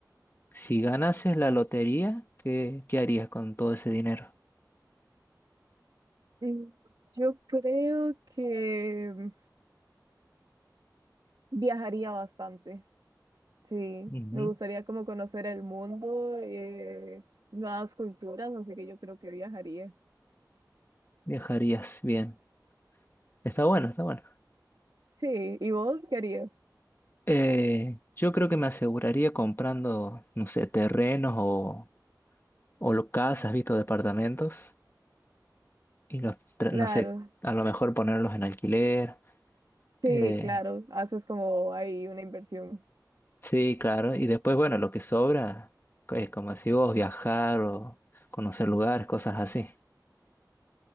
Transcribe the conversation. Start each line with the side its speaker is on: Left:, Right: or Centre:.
Left: si ganases la lotería, ¿qué, qué harías con todo ese dinero?
Right: Mm, Yo creo que mm, viajaría bastante, sí.
Left: Ujú,
Right: Me gustaría como conocer el mundo, eh, nuevas culturas, así que yo creo que viajaría.
Left: Viajarías bien. Está bueno, está bueno.
Right: Sí, ¿y vos qué harías?
Left: Eh, yo creo que me aseguraría comprando, no sé, terrenos o o lo, casas, visto departamentos, y los, tra-
Right: Claro,
Left: no sé, a lo mejor ponerlos en alquiler.
Right: sí,
Left: eh,
Right: claro, haces como ahí una inversión.
Left: sí, claro, y después, bueno, lo que sobra, es como si vos, viajar o conocer lugares, cosas así.